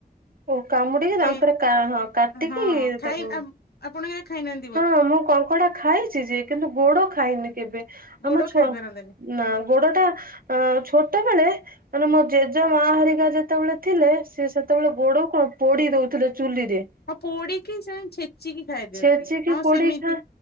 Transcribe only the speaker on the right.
ଓ କାମୁଡିକି
ଦାନ୍ତରେ ହଁ କାଟିକି
ତାକୁ
ହଁ ମୁଁ କଙ୍କଡା ଖାଇଛି ଯେ, କିନ୍ତୁ ଗୋଡ ଖାଇନି କେବେ
ଆମ ଛ
ନା ଗୋଡ ଟା ଅ ଛୋଟବେେଳେ ମାନେ ମୋ ଜେଜେ ମା ହରିକା ଯେତେବେଳେ ଥିଲେ ସିଏ ସେ ତେବେଳେ ଗୋଡ କ ପୋଡି ଦଉଥିଲେ ଚୁଲିରେ।
ଛେଚିକି
ପୋଡିଖା